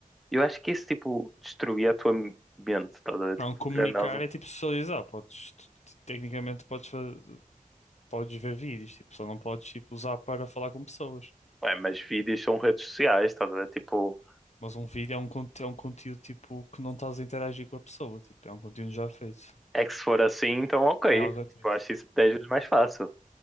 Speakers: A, in the centre; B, on the left.
A: Eu acho que isso tipo destruía a tua mente, estás a ver?
B: Não,
A: Tipo,
B: comunicar
A: querendo ou não.
B: é tipo socializar. Podes. tu- tu- Tecnicamente, podes, fa- podes ver vídeos, tipo, só não podes tipo, usar para falar com pessoas.
A: Ué, mas vídeos são redes sociais, estás a ver? Tipo,
B: Mas um vídeo é um, conte- é um conteúdo tipo que não estás a interagir com a pessoa, tipo, é um conteúdo já feito.
A: é que se for assim, então ok.
B: Não é algo
A: Tipo,
B: ativo.
A: eu acho isso 10 vezes mais fácil.